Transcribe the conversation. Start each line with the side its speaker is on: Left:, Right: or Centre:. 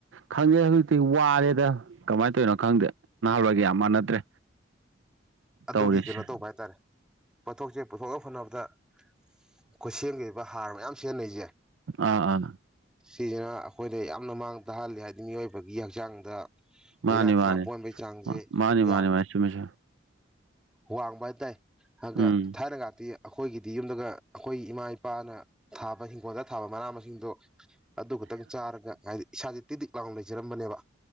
Right: ꯈꯪꯉꯦ ꯍꯧꯖꯤꯛꯇꯤ ꯋꯥꯔꯦꯗ ꯀꯃꯥꯏꯅ ꯇꯩꯅꯣ ꯈꯪꯗꯦ ꯅꯍꯥꯟꯋꯥꯏꯒ ꯌꯥꯝ ꯃꯥꯟꯅꯗ꯭ꯔꯦ
Centre: ꯑꯗꯨꯒꯤ
Right: ꯇꯧꯔꯤꯁꯦ
Centre: ꯀꯩꯅꯣ ꯇꯧꯕ ꯍꯥꯏꯇꯔꯦ ꯄꯣꯠꯊꯣꯛꯁꯦ ꯄꯨꯊꯣꯛꯅꯕ ꯍꯣꯠꯅꯕꯗ ꯑꯩꯈꯣꯏ ꯁꯦꯝꯒꯤꯑꯣꯢꯕ ꯍꯥꯔ ꯃꯌꯥꯝ ꯁꯤꯖꯤꯟꯅꯩꯁꯦ
Right: ꯑꯥ ꯑꯥ
Centre: ꯁꯤꯁꯤꯅ ꯑꯩꯈꯣꯏꯗ ꯌꯥꯝꯅ ꯃꯥꯡ ꯇꯥꯛꯍꯜꯂꯤ ꯍꯥꯏꯗꯤ ꯃꯤꯑꯣꯏꯕꯒꯤ ꯍꯛꯆꯥꯡꯗ ꯂꯥꯏꯅꯥ
Right: ꯃꯥꯅꯤ
Centre: ꯇꯤꯟꯅꯥ
Right: ꯃꯥꯅꯦ
Centre: ꯄꯣꯛꯍꯟꯕꯒꯤ ꯆꯥꯡꯁꯦ
Right: ꯃꯥꯅꯤ
Centre: ꯌꯥꯝ
Right: ꯃꯥꯅꯤ ꯃꯥꯅꯦ ꯆꯨꯝꯃꯦ ꯆꯨꯝ
Centre: ꯋꯥꯡꯕ ꯍꯥꯏ ꯇꯥꯏ ꯑꯒ
Right: ꯎꯝ
Centre: ꯊꯥꯏꯅ ꯀꯥꯇꯤ ꯑꯩꯈꯣꯏꯒꯤꯗꯤ ꯌꯨꯝꯗꯒ ꯑꯩꯈꯣꯏꯒꯤ ꯏꯃꯥ ꯏꯄꯥꯅ ꯊꯥꯕ ꯍꯤꯡꯈꯣꯜꯗ ꯊꯥꯕ ꯃꯅꯥ ꯃꯁꯤꯡꯗꯣ ꯑꯗꯨ ꯈꯛꯇꯪ ꯆꯥꯔꯒ ꯍꯥꯏꯗꯤ ꯏꯁꯥꯥ ꯇꯤꯗꯤꯛ ꯂꯥꯎ ꯂꯩꯖꯔꯝꯕꯅꯦꯕ